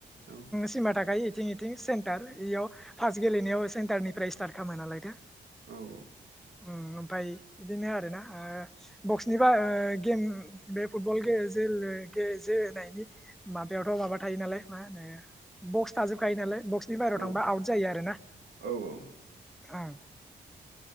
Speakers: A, on the right; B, in the centre.
A: औ
B: सिमा थाखायो इथिं इथिं सेन्टार इयाव फास गेलेनायाव सेन्टारनि फ्राय स्टार्ट खालामाय नालाय दा
A: औ
B: <unintelligible> ओमफाय बिदिनो आरोना बक्सनि बा गेम बे फुटबल जोनायनि माबायावथ' माबा थायो नालाय मा होनो बक्स थाजोबखायो नालाय बक्सनि बाहेरायाव
A: औ
B: थांबा
A: औ
B: आउट जायो आरो ना
A: औ औ
B: ओं